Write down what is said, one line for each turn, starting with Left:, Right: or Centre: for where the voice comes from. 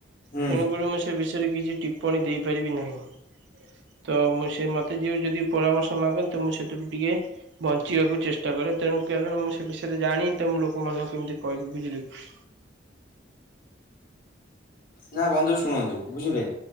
Left: ହୁଁ
Right: ତେଣୁ କରି ମୁ ସେ ବିଷୟରେ କିଛି ଟିପ୍ପଣୀ ଦେଇପାରିବି ନାହିଁ। ତ ମୁଁ ସେ ମୋତେ ଯିଏ ଯଦି ପରାମର୍ଶ ମାଗନ୍ତି ମୁଁ ସେଥିଠୁ ଟିକେ ବଞ୍ଚିବାକୁ ଚେଷ୍ଟା କରେ ତେଣୁ କାରଣ ମୁଁ ସେ ବିଷୟରେ ଜାଣିନି ତ ମୁଁ ଲୋକମାନଙ୍କୁ କେମିତି କହିବି ବୁଝିଲେ କି।
Left: ନା ବନ୍ଧୁ ଶୁଣନ୍ତୁ ବୁଝିଲେ।